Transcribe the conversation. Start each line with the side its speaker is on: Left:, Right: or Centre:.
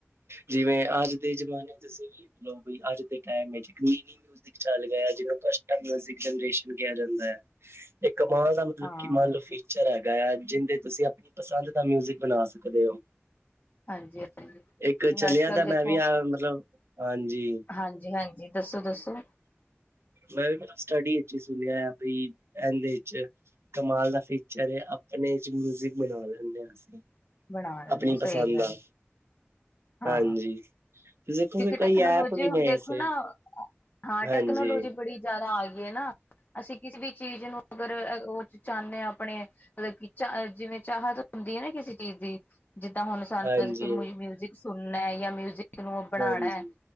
Right: ਜਿਵੇਂ ਅੱਜ ਦੇ ਜਮਾਨੇ ਅਸੀਂ ਲਓ ਵੀ ਅੱਜ ਦੇ ਟਾਈਮ ਵਿੱਚ ਚੱਕਣੀ ਨਹੀਂ ਉਸ ਦੀ ਚੱਲ ਗਿਆ ਜਿਹਨੂੰ ਕਸਟਮ ਜਨਰੇਸ਼ਨ ਕਿਹਾ ਜਾਂਦਾ ਹੈ। ਕਮਾਨ ਦਾ ਮਤਲਬ
Left: ਹਾਂ
Right: ਕਿ ਮੰਨ ਲਓ ਫਿਊਚਰ ਹੈਗਾ ਆ ਜਿੰਦੇ ਤੁਸੀਂ ਆਪਣੀ ਪਸੰਦ ਦਾ ਮਿਊਜ਼ਿਕ ਬਣਾ ਸਕਦੇ ਹੋ
Left: ਹਾਂਜੀ ਹਾਂਜੀ ਹੁਣ
Right: ਇੱਕ ਚੱਲਿਆ
Left: ਅੱਜ ਕੱਲ
Right: ਤਾਂ
Left: ਦੇਖੋ
Right: ਮੈਂ ਵੀ ਆ ਮਤਲਬ ਹਾਂਜੀ
Left: ਹਾਂਜੀ ਹਾਂਜੀ ਦੱਸੋ ਦੱਸੋ
Right: ਮੈਂ ਵੀ ਸਟੱਡੀ ਵਿਚ ਹੀ ਸੁਣਿਆ ਬੀ ਇਦੇ ਚ ਕਮਾਲ ਦਾ ਫਿਊਚਰ ਹੈ ਆਪਣੇ ਚ ਮਿਊਜਿਕ ਵਜਾ ਲਿੰਦੇ ਹਾਂ ਅਸੀਂ
Left: ਬਣਾ ਲੈਂਦੇ
Right: ਆਪਣੀ ਪਸੰਦ
Left: ਸਹੀ ਗੱਲ
Right: ਦਾ
Left: ਹਾਂ।
Right: ਹਾਂਜੀ ਤੁਸੀਂ ਦੇਖੋਗੇ
Left: ਇਕ
Right: ਕਈ
Left: ਟੈਕਨੋਲੋਜੀ
Right: ਐਪ ਵੀ ਨੇ
Left: ਹੁਣ ਦੇਖੋ
Right: ਐਸੇ
Left: ਨਾ ਹਾਂ
Right: ਹਾਂਜੀ
Left: ਟੈਕਨੋਲੋਜੀ ਬੜੀ ਜ਼ਿਆਦਾ ਆ ਗਈ ਹੈ ਨਾ ਅਸੀਂ ਕਿਸੇ ਵੀ ਚੀਜ਼ ਨੂੰ ਅਗਰ ਉਹ ਚਾਹੁੰਨੇ ਆ ਆਪਣੇ ਮਤਲਬ ਕਿ ਚਾਹ ਜਿਵੇਂ ਚਾਹਤ ਹੁੰਦੀ ਹੈ ਨਾ ਕਿਸੇ ਚੀਜ਼ ਦੀ ਜਿੱਦਾਂ ਹੁਣ ਸਾਨੂੰ
Right: ਹਾਂਜੀ
Left: ਮਿਊਜਿਕ ਸੁਣਨਾ ਜਾਂ ਮਿਊਜਿਕ ਰੂਮ ਬਣਾਉਣਾ
Right: ਹਾਂਜੀ ਹਾਂਜੀ